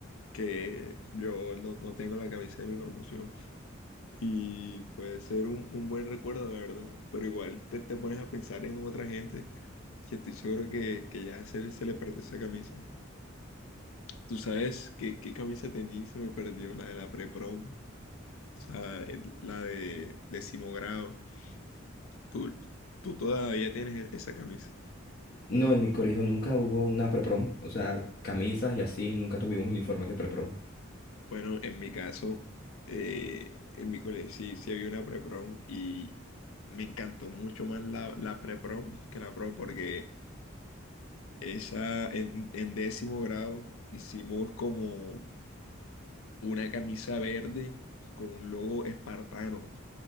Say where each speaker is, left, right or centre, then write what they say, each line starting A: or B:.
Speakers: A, on the left; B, on the left.
A: que yo no, no tengo la camisa de mi promoción y puede ser un, un buen recuerdo, la verdad, pero igual te, te pones a pensar en otra gente que estoy seguro que, que ya se, se le perdió esa camisa. Tú sabes qué, qué camisa tenía y se me perdió, la de la pre-prom, o sea, el- la de décimo grado. Tú, tú todavía tienes e- esa camisa.
B: No, en mi colegio nunca hubo una preprom, o sea, camisas y así, nunca tuvimos uniformes de preprom.
A: Bueno, en mi caso, eh, en mi colegio sí, sí había una pre-prom y me encantó mucho más la, la pre-prom que la prom porque esa en, en décimo grado hicimos como una camisa verde con un logo espartano